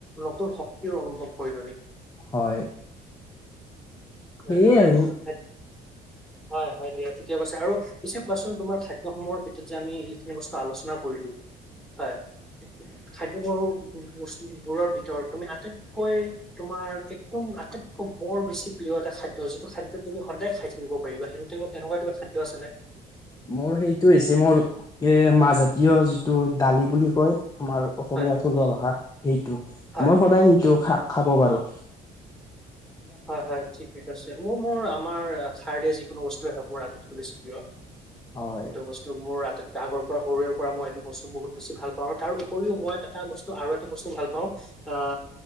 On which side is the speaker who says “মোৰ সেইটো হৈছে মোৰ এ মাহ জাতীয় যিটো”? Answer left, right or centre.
Left